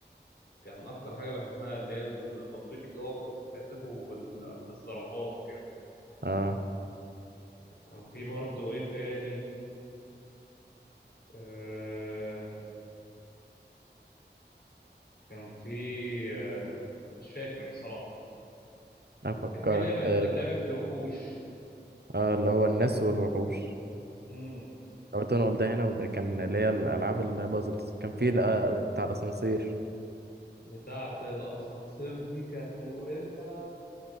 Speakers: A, on the left; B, on the right.
A: كان أكتر حاجة بحبها اللي هي البطريق اللي هو كنت بتحدفه بال... بالزرافات كده
B: اه
A: كان في برضه إيه تاني آه، كان في آه، مش فاكر بصراحة
B: افكرك
A: كان في لعبة
B: اه
A: لعبة الوحوش
B: آه، اللي هو الناس والوحوش
A: امم
B: او تنقل ده هنا وده كان اللي هي الالعاب البازلز كان في الأ- بتاع الاسانسير
A: بتاعة الأسانسير دي كانت مقرفة